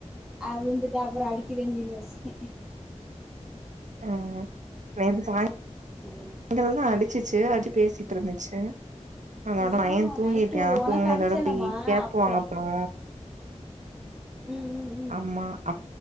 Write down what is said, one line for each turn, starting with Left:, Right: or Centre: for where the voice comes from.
Centre: அப்டிஞ்சிட்டு அப்றோ அடிக்கிறேன் நீடு வச்சிட்டே
Right: ஆ இந்த சாயங்கல்லோ
Centre: சேரி சேரி
Right: அடிச்சிச்சு அப்ப பேசிட்டு இருந்துச்சு அதோட
Centre: நா
Right: பையே தூங்கிட்டியா
Centre: நைட்டு ஒனக்கு
Right: தூங்கினதோட
Centre: அடிச்சேலமா
Right: போய் கேப்
Centre: அப்ப
Right: வாங்க போனோ
Centre: உ உ
Right: ஆமா அ